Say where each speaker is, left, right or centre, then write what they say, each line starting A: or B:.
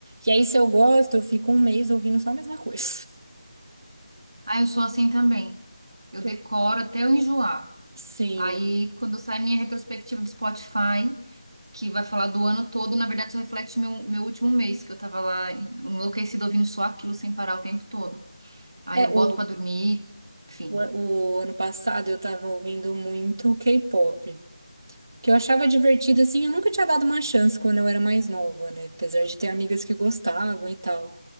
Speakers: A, on the right; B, on the right.
A: E aí, se eu gosto, eu fico um mês ouvindo só a mesma coisa.
B: Ah, eu sou assim também. Eu
A: <laughs>
B: decoro até eu enjoar.
A: Sim.
B: Aí, quando sai minha retrospectiva do Spotify, que vai falar do ano todo, na verdade só reflete meu, meu último mês, que eu tava lá en- enlouquecida ouvindo só aquilo sem parar o tempo todo. Aí
A: É,
B: eu
A: o,
B: boto pra dormir, enfim.
A: o, o ano passado eu tava ouvindo muito K-pop, que eu achava divertido, assim, eu nunca tinha dado uma chance quando eu era mais nova, né? Apesar de ter amigas que gostavam e tal.